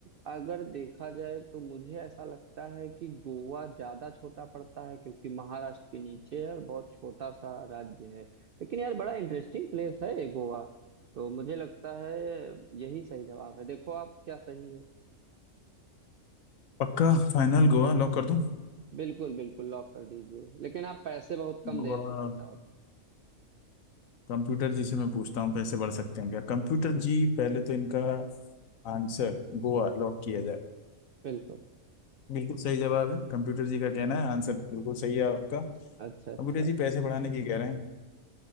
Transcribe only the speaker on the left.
पक्का फाइनल गोवा लॉक कर दूं
गोवा
कंप्यूटर जी से मैं पूछता हूँ पैसे बढ़ सकते हैं क्या कंप्यूटर जी पहले तो इनका आंसर गोवा लॉक किया जाए
बिल्कुल सही जवाब है कंप्यूटर जी का कहना है आंसर बिल्कुल सही है आपका
कंप्यूटर जी पैसे बढ़ाने की कह रहे हैं